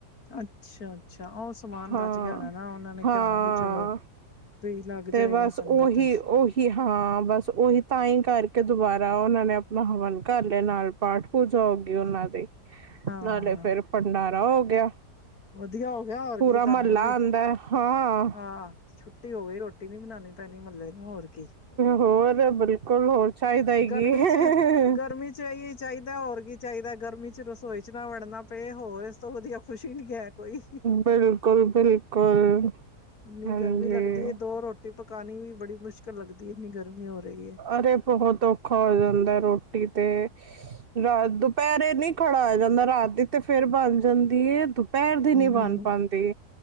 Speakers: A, on the left; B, on the right.
A: ਅੱਛਾ- ਅੱਛਾ ਉਹ ਸਮਾਨ
B: ਹਾਂ
A: ਬਚ ਗਿਆ ਹੋਣਾ ਨਾ, ਉਹਨਾਂ ਨੇ
B: ਹਾਂ
A: ਕਿਹਾ ਹੋਣਾ ਵੀ ਚਲੋ ਵੀ ਲੱਗ
B: ਤੇ
A: ਜਾਏਗਾ
B: ਬਸ ਉਹੀ,
A: ਸੰਗਤ ਚ
B: ਉਹੀ ਹਾਂ ਬਸ ਉਹੀ ਤਾਂ ਹੀ ਕਰਕੇ ਦੁਬਾਰਾ ਉਹਨਾਂ ਨੇ ਆਪਣਾ ਹਵਨ ਕਰ ਲਿਆ ਨਾਲ। ਪਾਠ ਪੂਜਾ ਹੋ ਗਈ ਉਹਨਾਂ ਦੀ
A: ਹਾਂ,
B: ਨਾਲੇ ਫੇਿਰ ਭੰਡਾਰਾ ਹੋ ਗਿਆ।
A: ਵਧੀਆ ਹੋ ਗਿਆ ਹੋਰ
B: ਪੂਰਾ
A: ਕੀ ਤੁਹਾਨੂੰ
B: ਮਹੱਲਾ
A: ਵੀ
B: ਆਉਂਦਾ ਹਾਂ
A: ਹਾਂ ਛੁੱਟੀ ਹੋ ਗਈ, ਰੋਟੀ ਨੀ ਬਨਾਣੀ ਪੈ ਨ ਮਤਬ ਇਹਨੂੰ ਹੋਰ ਕੀ,
B: ਹੋਰ ਬਿਲਕੁਲ ਹੋਰ ਚਾਹੀਦਾ ਹੀ
A: ਗਰਮੀ
B: ਕੀ।
A: ਚ ਗਰਮੀ ਚ ਇ ਚਾਹੀਦਾ ਹੋਰ ਕੀ ਚਾਹੀਦਾ ਗਰਮੀ ਚ ਰਸੋਈ ਚ ਵੜ੍ਹਨਾ ਤੇ ਹੋਰ ਇਸ ਤੋਂ ਵਧੀਆ ਖੁਸ਼ੀ ਨੀ ਹੈ ਕੋਈ,
B: ਬਿਲਕੁਲ ਬਿਲਕੁਲ
A: ਇੰਨੀ
B: ਹਾਂਜੀ
A: ਗਰਮੀ ਲੱਗਦੀ ਦੋ ਰੋਟੀ ਪਕਾਣੀ ਵੀ ਬੜ੍ਹੀ ਮੁਸ਼ਕਿਲ ਲੱਗਦੀ ਹੈ, ਇੰਨੀ ਗਰਮੀ ਹੋ ਰਹੀ ਹੈ।
B: ਅਰੇ ਬਹੁਤ ਔਖਾ ਹੋ ਜਾਂਦਾ, ਰੋਟੀ ਤੇ ਰਾਤ ਦੁਪਹਿਰੇ ਨੀ ਖੜਿਆ ਜਾਂਦਾ। ਰਾਤ ਦੀ ਤੇ ਫੇਰ ਬਣ ਜਾਂਦੀ ਦੁਪਹਿਰ ਦੀ ਨੀ
A: ਨਹੀਂ
B: ਬਣ ਪਾਉਂਦੀ